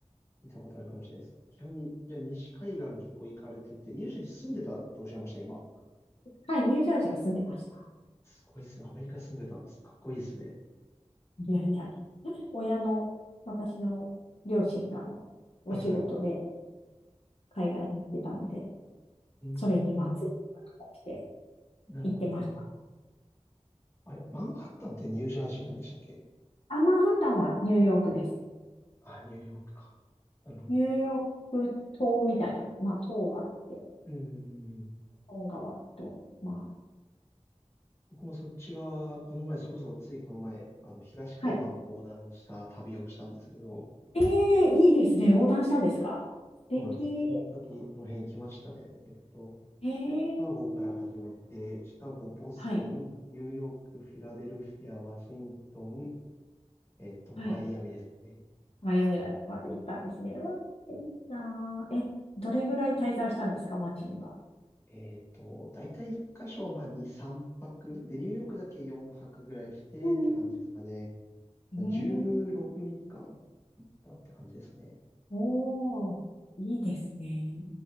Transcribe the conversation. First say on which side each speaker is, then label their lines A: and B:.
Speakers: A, on the left; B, on the left.
A: 聞いたことあるかもしれないです。基本に、じゃあ西海岸結構行かれてて、ニュージャージー住んでたっておっしゃいました、今。
B: はいニュージャージーは住んでました。
A: すごいですね。アメリカ住んでたんです。かっこいいですね。
B: いやいや、親の、私の両親がお仕事で
A: はいはい。
B: 海外に行ってたので、
A: うー
B: それにまあついていく形で。
A: ん、なるほど、
B: 行ってました。
A: なるほど。あれ、マンハッタンってニュージャージーなんでしたっけ
B: アマンハッタンはニューヨークです。
A: あ、ニューヨークか。なるほど。
B: ニューヨーク島みたいな、まあ島があって、
A: うーん。
B: 本川と、ま
A: 僕もそっち側、この前、それこそついこの前、あの、東海岸を横断した旅をしたんですけど、
B: あ、はい。ええいいですね。横断したんですか素敵。
A: そうなんです。その時、その辺行きましたね。えっと、
B: ええ
A: シカゴから始めて、シカゴ、ボストン、
B: はい、
A: ニューヨーク、フィラデルフィア、ワシントン、えっと、
B: はい。
A: マイアミですかね。
B: マイアミまで行ったんですね。わあ、いいなあ。え、どれぐらい滞在したんですか街には。
A: えっと、大体1箇所、まあ、2、3泊。で、ニューヨークだけ4泊ぐらいしてって感じですかね。
B: うんええ
A: 16日間行ったって感じですね。
B: おー、いいですね。